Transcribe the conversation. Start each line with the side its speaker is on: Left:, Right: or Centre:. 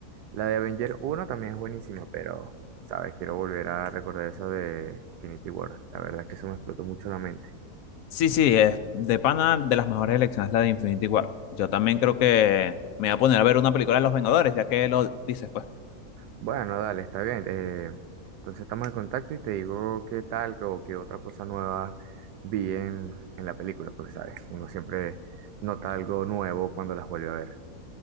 Right: La de Avenger uno también es buenísima, pero, ¿sabes? Quiero volver a recordar esa de Infinity War. La verdad es que eso me explotó mucho la mente.
Left: Sí, sí, es de pana de las mejores elecciones la de Infinity War. Yo también creo que me voy a poner a ver una película de Los Vengadores, ya que lo dices, pues.
Right: Bueno, dale, está bien. eh, entonces estamos en contacto y te digo qué tal o qué otra cosa nueva vi en, en la película, porque, ¿sabes? Uno siempre nota algo nuevo cuando las vuelve a ver.